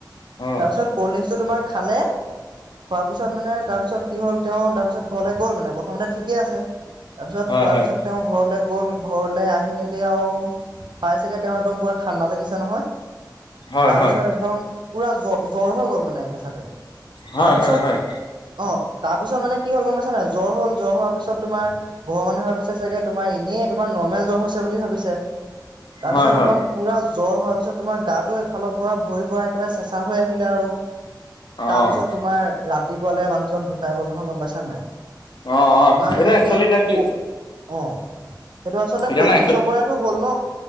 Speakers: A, on the left; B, on the right.
A: অ',
B: তাৰপিছত ক'ল্ড ড্ৰিংকছটো তোমাৰ খালে খোৱাৰ পিছত মানে তাৰপিছত কি হ'ল তেওঁ তাৰপিছত ঘৰলৈ গ'ল মানে প্ৰথমতে ঠিকে আছে তাৰপিছত
A: হয়,
B: খোৱাৰ
A: হয়,
B: পিছত তেওঁ ঘৰলৈ গ'ল ঘৰলে আহি মেলি আৰু পাই চাগে তেওঁ একদম পুৰা ঠাণ্ডা লাগিছে নহয়
A: হয়,
B: তাৰপিছত
A: হয়,
B: একদম পুৰা জ্ব জ্বৰ হৈ গ'ল মানে একেচাতে
A: হয়,
B: তাৰপিছত
A: হয়, হয়,
B: অঁ তাৰ পিছত মানে কি হল গম পাইছ ন জ্বৰ হল জ্বৰ হোৱাৰ পিছ তোাৰ ঘৰৰ মানুহে ভাবিছ চাগে তোমাৰ এনেইোমাৰ নেল জ্বৰ হৈছে বুলি ভাবিছে তাৰপিছত
A: হয়, হয়,
B: একদম পুৰা জ্বৰ হোৱাৰ পিছত তোমাৰ গাটো ফালৰ পৰা ভৰি পৰাৰা একেবাৰে চেচা হৈ আহিলে আৰু তাৰপিছত
A: অ'।
B: তোমাৰ ৰা ৰাতিপুৱালে মানুহজন ঢুকাই গ'ল নহয় গম পাইছ নাই
A: অঁ অঁ
B: তোমাৰ মানে
A: এইটো একচোৱেলি
B: সেই
A: এটা কি
B: অ' সেইটো আচলতে
A: এতিয়া
B: কল্ড
A: মানে
B: ড্ৰিংকছৰ
A: এক্সু
B: পৰাইতো হ'ল ন